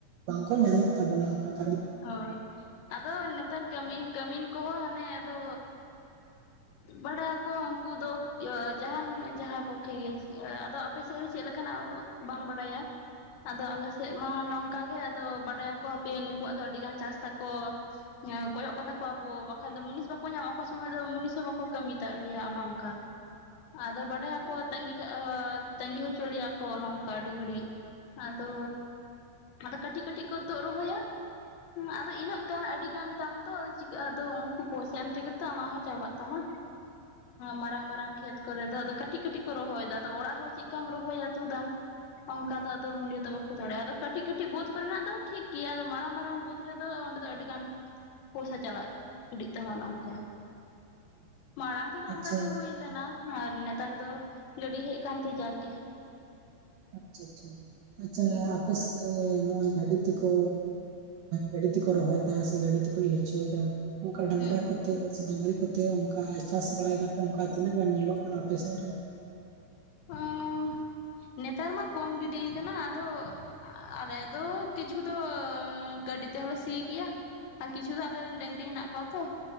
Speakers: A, on the right; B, on the left.
A: ᱵᱟᱝᱠᱚ ᱧᱟᱢᱮᱫ ᱛᱟᱵᱚᱱᱟ ᱚᱱᱠᱟ ᱾
B: ᱦᱚᱭ, ᱟᱫᱚ ᱱᱮᱛᱟᱨ ᱠᱟᱹᱢᱤ ᱠᱟᱹᱢᱤᱱ ᱠᱚᱦᱚᱸ ᱦᱟᱱᱮ ᱟᱫᱚ ᱵᱟᱰᱟᱭᱟᱠᱚ ᱦᱟᱹᱱᱠᱩ ᱫᱚ ᱡᱟᱦᱟᱱ ᱡᱟᱦᱟᱸᱭ ᱯᱚᱠᱠᱷᱮ ᱜᱮ ᱮ ᱟᱫᱚ ᱟᱯᱮᱥᱮᱫ ᱫᱚ ᱪᱮᱫ ᱞᱮᱠᱟᱱᱟᱜ ᱵᱟᱝ ᱵᱟᱰᱟᱭᱟ, ᱟᱫᱚ ᱟᱞᱮᱥᱮᱫ ᱢᱟ ᱱᱚᱝᱼᱼ ᱠᱟ ᱜᱮ ᱟᱫᱚ ᱵᱟᱰᱟᱭᱟᱠᱚ ᱦᱟᱯᱮ ᱩᱱᱠᱩᱣᱟᱜ ᱟᱹᱰᱤ ᱜᱟᱱ ᱪᱟᱥ ᱛᱟᱠᱚ ᱠᱚᱭᱚᱜ ᱠᱟᱛᱟ ᱠᱚᱣᱟᱵᱚ᱾ ᱵᱟᱠᱷᱟᱱ ᱫᱚ ᱢᱩᱱᱤᱥ ᱵᱟᱠᱚ ᱠᱚ ᱧᱟᱢᱟ ᱚᱠᱟ ᱥᱚᱢᱚᱭ ᱫᱚ ᱢᱩᱱᱤᱥ ᱦᱚᱸ ᱵᱟᱠᱚ ᱠᱟᱹᱢᱤ ᱫᱟᱜᱟᱞᱮᱭᱟᱜᱼᱟ ᱚᱱᱮ ᱚᱱᱠᱟ᱾ ᱟᱫᱚ ᱵᱟᱰᱟᱭᱟᱠᱚ ᱛᱟᱸᱟᱹᱜᱤ ᱟᱹᱻ ᱛᱟᱺᱜᱤ ᱦᱚᱪᱚ ᱞᱮᱭᱟ ᱠᱚ ᱚᱱᱮ ᱚᱝᱠᱟ ᱟᱹᱰᱤ ᱜᱷᱟᱹᱲᱤᱡ᱾ ᱟᱫᱚ ᱟᱫᱚ ᱠᱟᱹᱴᱤᱡ ᱠᱟᱹᱴᱤᱡ ᱠᱚ ᱛᱩᱜᱫ ᱨᱚᱦᱚᱭᱟ ᱾ ᱦᱮᱸ ᱟᱫᱚ ᱤᱱᱟᱹᱜ ᱜᱟᱱ ᱟᱹᱰᱤ ᱜᱟᱱ ᱛᱟᱢ ᱫᱚ ᱟᱫᱚ ᱪᱤᱠᱟᱹᱜ ᱟᱫᱚ ᱩᱱᱠᱩ ᱯᱚᱭᱥᱟ ᱮᱢ ᱛᱮᱜᱮ ᱟᱢᱟᱜ ᱦᱚᱸ ᱪᱟᱵᱟᱜ ᱛᱟᱢᱟ, ᱢᱟᱨᱟᱝ ᱢᱟᱨᱟᱝ ᱠᱷᱮᱛ ᱠᱚᱨᱮ ᱫᱚ ᱟᱫᱚ ᱠᱟᱹᱴᱤᱡ ᱠᱟᱹᱴᱤᱡ ᱠᱚ ᱨᱚᱦᱚᱭᱫᱟ ᱟᱫᱚ ᱚᱲᱟᱜ ᱦᱚᱲ ᱪᱮᱫ ᱠᱟᱢ ᱨᱚᱦᱚᱭᱟ ᱛᱩᱫᱟᱢ ᱾ ᱚᱱᱠᱟ ᱫᱚ ᱟᱫᱚ ᱢᱩᱞᱭᱟᱹ ᱫᱚ ᱵᱟᱠᱚ ᱫᱟᱲᱮᱭᱟᱜᱼᱟ᱾ ᱟᱫᱚ ᱠᱟᱹᱴᱤᱡ ᱠᱟᱹᱴᱤᱡ ᱵᱳᱫᱽ ᱠᱚᱨᱮᱱᱟᱜ ᱫᱚ ᱴᱷᱤᱠ ᱜᱮᱭᱟ᱾ ᱟᱫᱚ ᱢᱟᱨᱟᱝ ᱢᱟᱨᱼᱼ ᱨᱟᱝ ᱵᱩᱫᱽ ᱨᱮᱫᱚ ᱚᱸᱰᱮ ᱫᱚ ᱟᱹᱰᱤ ᱜᱟᱱ ᱯᱚᱭᱥᱟ ᱪᱟᱞᱟᱜ ᱤᱰᱤᱜ ᱛᱟᱢᱟ ᱚᱱᱮ ᱚᱱᱠᱟ᱾ ᱢᱟᱲᱟᱝ ᱛᱮᱫᱚ
A: ᱟᱪᱪᱷᱟ
B: ᱚᱱᱠᱟ ᱜᱮ ᱦᱩᱭ ᱞᱮᱱᱟ ᱟᱨ ᱱᱮᱛᱟᱨ ᱫᱚ ᱜᱟᱹᱰᱤ ᱦᱮᱡᱼᱼ ᱠᱟᱱᱛᱤ ᱡᱟᱜᱽᱜᱤ᱾
A: ᱟᱪᱪᱷᱟ ᱟᱪᱪᱷᱟ᱾ ᱟᱪᱪᱷᱟ,
B: ᱦᱩᱸ
A: ᱟᱯᱮ ᱥᱮᱫ ᱨᱮ ᱱᱚᱜ-ᱚᱭ ᱜᱟᱹᱰᱤ ᱛᱮᱠᱚ ᱜᱟᱹᱰᱤ ᱛᱮᱠᱚ ᱨᱚᱦᱚᱭ ᱫᱟ ᱥᱮ, ᱜᱟᱹᱰᱤ ᱛᱮᱠᱚ ᱤᱨᱪᱟᱹᱭ ᱫᱟ ᱾ ᱚᱱᱠᱟ ᱰᱟᱝᱨᱟ
B: ᱦᱩᱸ
A: ᱠᱚ <inaudible> ᱰᱟᱝᱨᱤ ᱠᱚᱛᱮ ᱚᱱᱠᱟ ᱪᱟᱥ ᱵᱟᱲᱟᱭ ᱫᱟᱠᱚ ᱚᱱᱠᱟ ᱛᱤᱱᱟᱹᱜ ᱜᱟᱱ ᱧᱮᱞᱚᱜ ᱠᱟᱱᱟ ᱟᱯᱮ ᱥᱮᱫ ᱨᱮ?
B: ᱚᱸᱻ ᱱᱮᱛᱟᱨ ᱢᱟ ᱠᱚᱢ ᱜᱤᱰᱤᱭ ᱟᱠᱟᱱᱟ᱾ ᱟᱫᱚ ᱟᱞᱮ ᱫᱚ ᱠᱤᱪᱷᱩ ᱫᱚᱻᱚ ᱜᱟᱹᱰᱤᱛᱼᱼ ᱛᱮ ᱦᱚᱞᱮ ᱥᱤ ᱜᱮᱭᱟ ᱟᱨ ᱠᱤᱪᱷᱩ ᱫᱚ ᱟᱞᱮ ᱨᱮᱱ ᱰᱟᱹᱝᱨᱤ ᱦᱮᱱᱟᱜ ᱠᱚᱣᱟ ᱛᱚ᱾